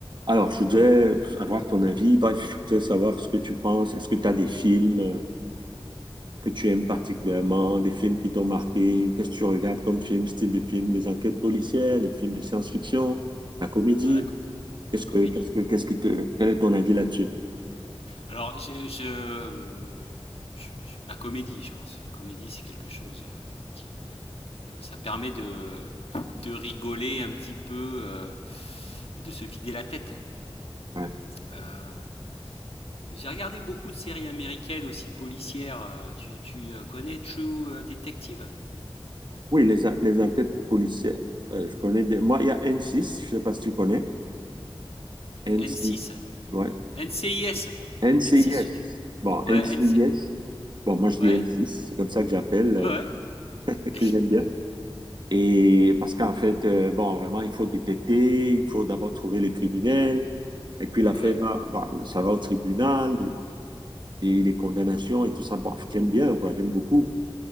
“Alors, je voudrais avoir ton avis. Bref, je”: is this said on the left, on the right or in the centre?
Right